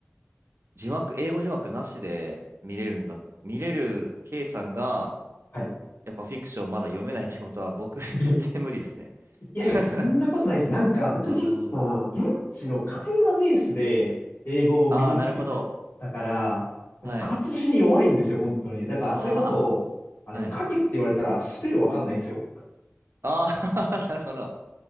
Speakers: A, on the right (about 65°); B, on the left (about 65°).
A: 字幕、英語字幕なしで見れるんだ、見れる K さんが、
B: はい。
A: やっぱフィクションまだ読めないってことは僕 <laughs> 絶対無理ですね。
B: <laughs> いやいや、
A: <laughs>
B: そんなことないです。なんか僕結構、
A: まだまだ。
B: 現地の会話ベースで英語を身につけてたから、
A: ああ、なるほど。はい。
B: 活字に弱いんですよ、本当に。なんか、
A: ああ、
B: それこそ、あの、
A: あ、はい。
B: 書けって言われたらスペルわかんないんですよ。
A: ああ、<laughs> なるほど。